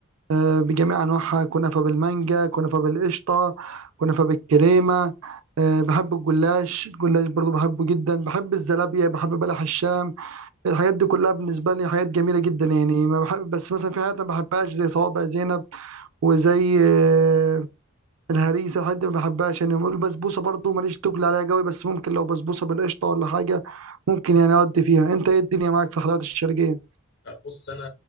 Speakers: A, on the right; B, on the left.
A: آه، بجميع أنواعها كنافة بالمانجا كنافة بالقشطة كنافة بالكريمة آه، بحب الجلاش الجلاش برضو بحبه جدا بحب الزلابية بحب بلح الشام الحاجات دي كلها بالنسبة لي حاجات جميلة جدا يعني ما بحب بس مثلا في حاجات ما بحبهاش زي صوابع زينب وزي آه، الهريسة الحاجات دي ما بحبهاش يعني البسبوسة برضو ماليش تقل عليها قوي بس ممكن لو بسبوسة بالقشطة ولا حاجة ممكن يعني أودي فيها أنت إيه الدنيا معاك في الحلويات الشرقية؟
B: لا، بص انا